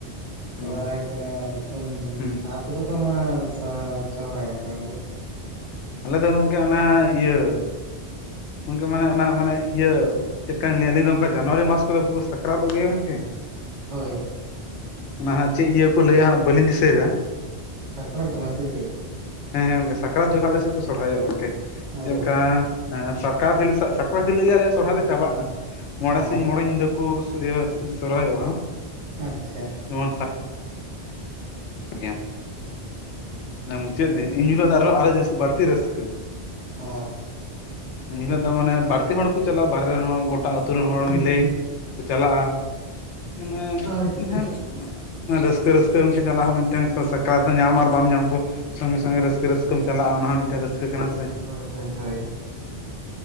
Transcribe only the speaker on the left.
ᱚ
ᱦᱩᱸ
ᱟᱞᱮ ᱫᱚ ᱜᱚᱝᱠᱮ ᱚᱱᱟ ᱤᱭᱟᱹ ᱜᱚᱝᱠᱮ ᱢᱟᱱᱮ ᱚᱱᱟ ᱢᱟᱱᱮ ᱤᱭᱟᱹ ᱪᱮᱫ ᱠᱟᱹᱧ ᱞᱟᱹᱭᱟ ᱟᱹᱞᱤᱧ ᱫᱚ ᱚᱱᱠᱟ ᱡᱟᱱᱣᱟᱨᱤ ᱢᱟᱥ ᱠᱚᱨᱮ ᱵᱟᱠᱚ ᱥᱟᱠᱨᱟᱛᱚᱜ ᱜᱮᱭᱟ ᱜᱚᱝᱠᱮ᱾
ᱚᱱᱟ ᱦᱟᱸᱜ ᱪᱮᱫ ᱤᱭᱟᱹ ᱠᱚ ᱞᱟᱹᱭᱟ ᱦᱟᱸᱜ ᱵᱟᱹᱞᱤᱧ ᱫᱤᱥᱟᱹᱭᱮᱫᱟ᱾
ᱦᱮᱸ ᱦᱮᱸ ᱜᱚᱝᱠᱮ ᱥᱟᱠᱨᱟᱛ ᱡᱚᱠᱷᱱ ᱟᱞᱮ ᱥᱮᱫ ᱠᱚ ᱥᱚᱨᱦᱟᱭᱚᱜ-ᱲ ᱜᱚᱝᱠᱮ᱾
ᱪᱮᱫᱞᱠᱟ ᱦᱮᱸ ᱯᱟᱨ ᱠᱟᱛᱦᱤᱞᱚᱜ ᱥᱟ-ᱥᱟᱠᱨᱟᱛ ᱦᱤᱞᱳᱜ ᱜᱮ ᱟᱞᱮᱭᱟᱜ ᱥᱚᱨᱦᱟᱭ ᱫᱚ ᱪᱟᱵᱟᱜᱼᱟ, ᱢᱚᱬᱮ
ᱥᱤᱧ ᱢᱚᱬᱮ ᱧᱤᱫᱟᱹ ᱠᱚ ᱤᱭᱟᱹ ᱥᱚᱨᱦᱟᱭᱚᱜ-ᱟ᱾
ᱱᱚᱣᱟᱝ ᱥᱟ ᱜᱮᱭᱟᱢ᱾ ᱚᱱᱟ ᱢᱩᱪᱟᱹᱫ
ᱫᱤᱱ ᱤᱱ ᱦᱤᱞᱳᱜ ᱫᱚ ᱟᱨᱚᱦᱚ ᱟᱨᱦ ᱡᱟᱹᱥ ᱵᱟᱹᱲᱛᱤ ᱨᱟᱹᱥᱠᱟᱹ᱾
ᱮᱱᱦᱤᱞᱳᱜ
ᱫᱚ ᱢᱟᱱᱮ ᱵᱟᱹᱲᱛᱤ ᱦᱚᱲ ᱠᱚ ᱪᱟᱞᱟᱜ-ᱟ, ᱵᱟᱦᱨᱮ ᱨᱮᱱ ᱦᱚᱲ ᱜᱚᱴᱟ ᱟᱹᱛᱩ ᱨᱮᱱ ᱦᱚᱲ
ᱢᱤᱞᱮ
ᱠᱚ ᱪᱟᱞᱟᱜ-ᱟ᱾ ᱢᱟᱱᱮ
ᱦᱮᱸ ᱨᱟᱹᱥᱠᱟᱹ ᱨᱟᱹᱥᱠᱟᱹ ᱜᱚᱝᱠᱮ ᱪᱟᱞᱟᱜ ᱦᱚᱸ ᱢᱤᱫᱴᱮᱝ ᱥᱚ-ᱥᱟᱠᱨᱟᱛ ᱦᱚᱸ ᱧᱟᱢ ᱟᱨ ᱵᱟᱢ ᱧᱟᱢ ᱠᱚ ᱥᱚᱝᱜᱮ ᱥᱚᱝᱜᱮ ᱨᱟᱹᱥᱠᱟᱹ ᱨᱟᱹᱥᱠᱟᱹᱢ ᱪᱟᱞᱟᱜ-ᱟ ᱚᱱᱟ ᱦᱚᱸ ᱢᱤᱫᱴᱮᱱ ᱨᱟᱹᱥᱠᱟᱹ ᱠᱟᱱᱟ ᱥᱮ᱾